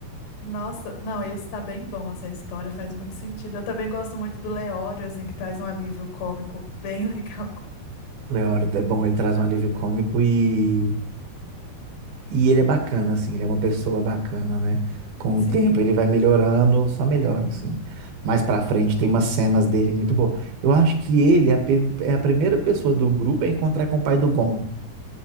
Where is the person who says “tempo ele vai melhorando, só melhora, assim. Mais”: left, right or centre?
Right